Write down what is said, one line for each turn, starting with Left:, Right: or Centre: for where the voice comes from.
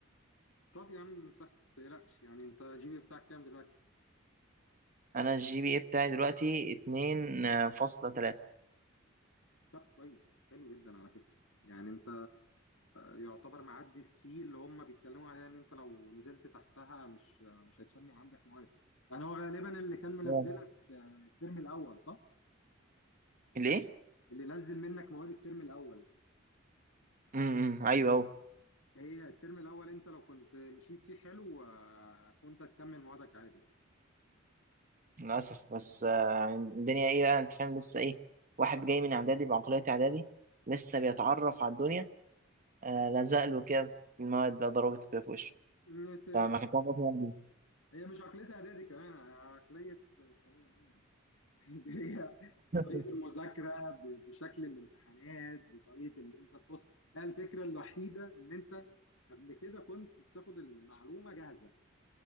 Left: طب يا عم صح ما تقلقش يعني أنت جي بي بتاعك كام دلوقتي؟
Right: انا الجي بي اي بتاعي دلوقتي اتنين آه، فاصلة تلاتة
Left: طب كويس حلو جدا على فكرة يعني أنت يعتبر معدي السي اللي هم بيتكلموا عليها إن أنت لو نزلت تحتها مش مش هتشمع عندك مواد يعني هو غالبا اللي كان منزلك
Right: آه.
Left: آه، الترم الأول صح؟
Right: ليه؟
Left: اللي نزل منك مواد الترم الأول
Right: امم ايوه اهو
Left: هي الترم الاول انت لو كنت مشيت فيه حلو آه، كنت هتكمل موادك عادي
Right: للاسف بس آه، الدنيا ايه بقى انت فاهم لسه ايه واحد جاي من اعدادي بعقلية اعدادي لسه بيتعرف على الدنيا آه لزق له كده في المواد بقى ضربته كده في وشه
Left: إنت-
Right: فما كنت عارف أصلاً يعني
Left: هي مش عقليه اعدادي كمان عقليه ثانوي عام <laughs> اللي هي طريقه
Right: إيه.
Left: المذاكره ب- بشكل الامتحانات بطريقه اللي انت بص هي الفكره الوحيده ان انت قبل كده كنت بتاخد المعلومه جاهزه